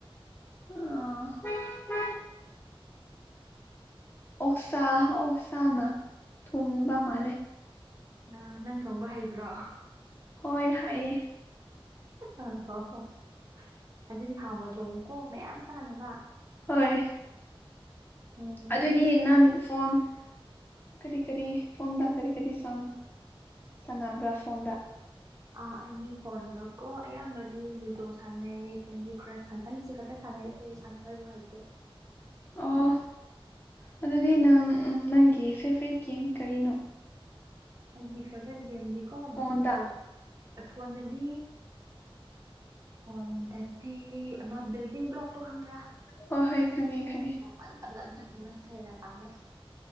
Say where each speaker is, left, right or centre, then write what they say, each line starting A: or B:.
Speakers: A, on the left; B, on the right.
A: ꯑ <unintelligible> ꯑꯣꯛꯁꯥ ꯑꯣꯛꯁꯥꯅ ꯊꯣꯡꯕ ꯃꯥꯜꯂꯦ
B: ꯑ ꯅꯪ ꯊꯣꯡꯕ ꯍꯩꯕ꯭ꯔꯣ
A: ꯍꯣꯏ ꯍꯥꯏꯌꯦ
B: ꯑꯥ ꯍꯣ ꯍꯣꯏ ꯑꯗꯨꯗꯤ ꯍꯥꯎꯅ ꯊꯣꯡꯉꯨꯀꯣ ꯃꯌꯥꯝ ꯆꯥꯅꯕ꯫
A: ꯍꯣꯏ
B: ꯎꯝ
A: ꯑꯗꯨꯗꯤ ꯅꯪ ꯐꯣꯟ ꯀꯔꯤ-ꯀꯔꯤ ꯐꯣꯟꯗ ꯀꯔꯤ ꯀꯔꯤ ꯁꯥꯟ ꯁꯥꯟꯅꯕ꯭ꯔꯥ ꯐꯣꯟꯗ
B: ꯑꯥ ꯑꯩꯗꯤ ꯐꯣꯟꯗꯀꯣ ꯑꯌꯥꯝꯕꯗꯤ ꯂꯨꯗꯣ ꯁꯥꯟꯅꯩ ꯀꯦꯟꯗꯤ ꯀ꯭ꯔꯁ ꯁꯥꯟ ꯑꯅꯤꯁꯤ ꯈꯛꯇꯪ ꯁꯥꯟꯅꯩ ꯑꯇꯩꯗꯤ ꯁꯥꯟꯅꯕꯁꯨ ꯍꯩꯇꯦ
A: ꯑꯣ ꯑꯗꯨꯗꯤ ꯅꯪ ꯅꯪꯒꯤ ꯐꯦꯕꯔꯥꯏꯠ ꯒꯦꯝ ꯀꯔꯤꯅꯣ
B: ꯑꯩꯒꯤ ꯐꯦꯚꯔꯥꯏꯠ ꯒꯦꯝꯗꯤꯀꯣ
A: ꯐꯣꯟꯗ
B: ꯐꯨꯠꯕꯣꯜ ꯐꯣꯟꯗꯗꯤ ꯐꯣꯟꯗꯗꯤ ꯑꯃ ꯕꯤꯜꯗꯤꯡ ꯕ꯭ꯂꯣꯛ- ꯇꯣ ꯈꯪꯕ꯭ꯔꯥ
A: ꯍꯣꯏ ꯍꯣꯏ ꯈꯪꯉꯦ ꯈꯪꯉꯦ
B: ꯑ ꯑꯗꯨꯗꯨꯅ ꯍꯦꯟꯅ ꯄꯥꯝꯃꯦ